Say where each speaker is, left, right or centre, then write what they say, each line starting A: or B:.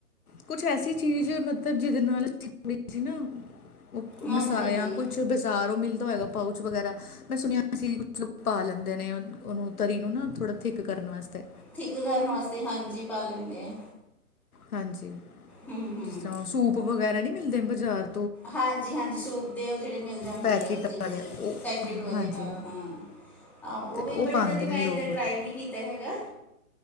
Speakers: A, on the left (about 75°); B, in the centre.
A: ਕੁਛ ਐਸੀ ਚੀਜ਼ ਮਤਬ ਜੀਦੇ ਨਾਲ <unintelligible> ਅਸੀਂ ਸੀ ਨਾ ਓ
B: ਹਾਂਜੀ
A: ਮਸਾ
B: ਹਾਂਜੀ
A: ਜਾਂ ਕੁਛ- ਜੋ ਬਾਜ਼ਾਰੋਂ ਮਿਲਦਾ ਹੋਏਗਾ ਪਾਊਚ ਵਗੈਰਾ, ਮੈਂ ਸੁਣਿਆ ਸੀਂ ਕੁਛ ਲੋਕ ਪਾ ਲੈਂਦੇ ਨੇ ਓਨੂੰ। ਤਰੀ ਨੂੰ ਨਾ ਥੋੜ੍ਹਾ ਥਿੱਕ ਕਰਨ ਵਸਤੇ।
B: ਥਿੱਕ ਕਰਨ ਵਸਤੇ, ਹਾਂਜੀ ਪਾ ਲੈਂਦੇ ਆ।
A: ਹਾਂਜੀ।
B: ਹੂੰ ਹੂੰ
A: ਜਿਸਰ੍ਹਾਂ ਸੂਪ ਵਗੈਰਾ ਨੀ ਮਿਲਦੇ ਬਜ਼ਾਰ।
B: ਹਾਂਜੀ-ਹਾਂਜੀ, ਸੂਪ ਦੇ ਓ ਜੇੜੇ ਮਿਲ ਜਾਂਦੀ
A: ਪੈਕਟ
B: ਆ ਜੀ-ਜੀ,
A: ਵਾਲੇ ਉਹ
B: ਪੈਕਟ ਵਾਲੇ
A: ਹਾਂਜੀ
B: ਹਾਂ-ਹਾਂ। ਹਾਂ, ਓ
A: ਅਤੇ
B: ਵੀ
A: ਉਹ
B: ਬਟ
A: ਪਾਉਂਦੇ
B: ਕਦੀ ਮੈਂ
A: ਨੇ
B: ਏਧਾਂ
A: ਲੋਕ
B: ਟਰਾਈ ਨੀ ਕੀਤਾ ਹੈਗਾ।